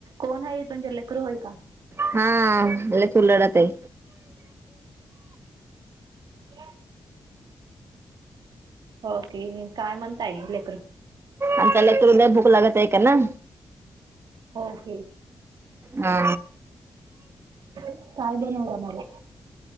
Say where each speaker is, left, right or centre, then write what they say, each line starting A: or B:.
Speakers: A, on the right (about 70°); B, on the right (about 35°).
A: कोण आहे तुमच्या लेकरू आहे का
B: हा आ फुलडा तेय
A: ते हो कि काय म्हणताय लेकर
B: अंतला तुरंग भूक लागत आहे ऐ का ना
A: होक
B: हा
A: काय बनवलं मला